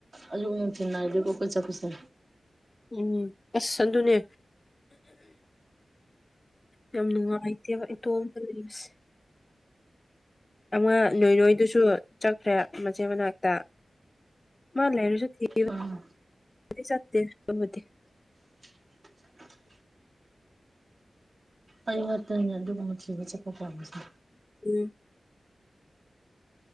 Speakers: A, on the right; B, on the left.
A: ꯑꯌꯨꯛ ꯅꯨꯡꯊꯤꯟ ꯅꯥꯏꯗꯦꯀꯣ ꯈꯣꯏ ꯆꯠꯄꯁꯦ
B: ꯎꯝ ꯑꯁ ꯑꯗꯨꯅꯦ ꯌꯥꯝ ꯅꯨꯡꯉꯥꯏꯇꯦꯕ ꯏꯇꯣꯝꯗ ꯂꯩꯕꯁꯦ ꯑꯃ ꯅꯣꯏ ꯅꯣꯏꯗꯨꯁꯨ ꯆꯠꯈ꯭ꯔꯦ ꯃꯆꯦ ꯃꯅꯥꯛꯇ ꯃꯥ ꯂꯩꯔꯁꯨ ꯊꯦꯕꯗꯤ
A: ꯑꯥ
B: ꯆꯠꯇꯦ ꯑꯃꯗꯤ
A: <inaudible> ꯑꯩ ꯉꯥꯇꯅꯦ ꯑꯗꯨꯒꯨꯝꯕ ꯊꯤꯕ ꯆꯠꯄ ꯄꯥꯝꯃꯤꯁꯦ
B: ꯎ